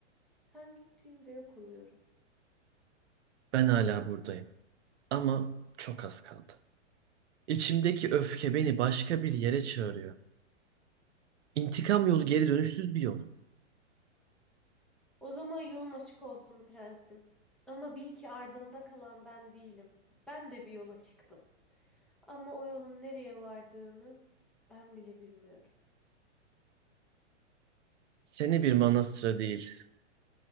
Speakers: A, in the centre; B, on the right.
A: sen gittiğinde yok oluyorum.
B: Ben hala buradayım ama çok az kaldı. İçimdeki öfke beni başka bir yere çağırıyor. İntikam yolu geri dönüşsüz bir yol.
A: O zaman yolun açık olsun prensim. Ama bil ki ardında kalan ben değilim. Ben de bir yola çıktım. Ama o yolun nereye vardığını ben bile bilmiyorum.
B: Seni bir manastıra değil,